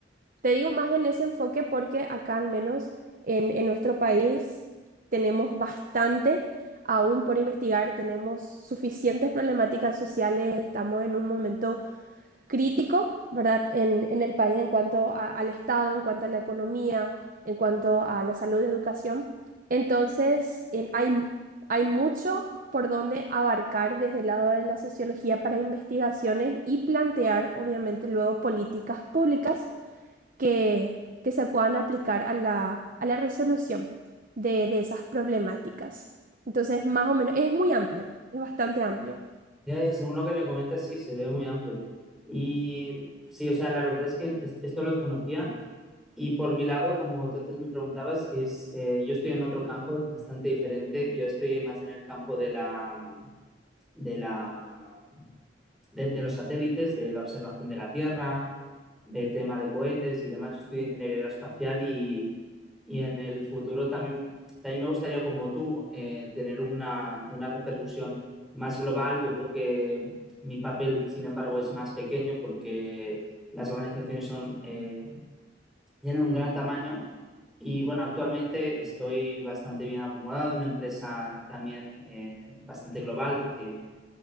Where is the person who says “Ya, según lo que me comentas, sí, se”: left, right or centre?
Centre